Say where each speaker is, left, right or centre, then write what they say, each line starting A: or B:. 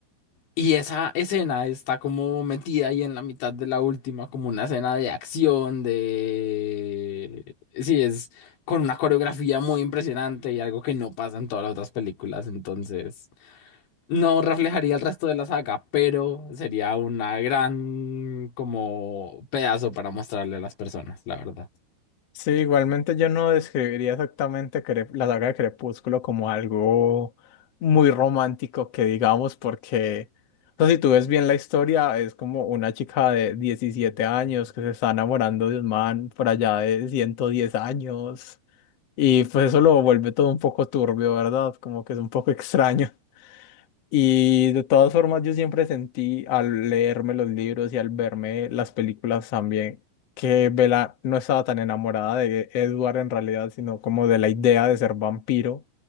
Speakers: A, on the left; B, on the left.
A: Y esa escena está como metida ahí en la mitad de la última, como una escena de acción, de... Sí, es con una coreografía muy impresionante y algo que no pasa en todas las otras películas, entonces no reflejaría el resto de la saga, pero sería una gran como pedazo para mostrarle a las personas, la verdad.
B: Sí, igualmente yo no describiría exactamente Crep- la saga de Crepúsculo como algo muy romántico que digamos, porque o sea, si tú ves bien la historia, es como una chica de 17 años que se está enamorando de un man por allá de 110 años. Y pues eso lo vuelve todo un poco turbio, ¿verdad? Como que es un poco extraño. Y de todas formas yo siempre sentí al leerme los libros y al verme las películas también que Bella no estaba tan enamorada de Edward en realidad, sino como de la idea de ser vampiro,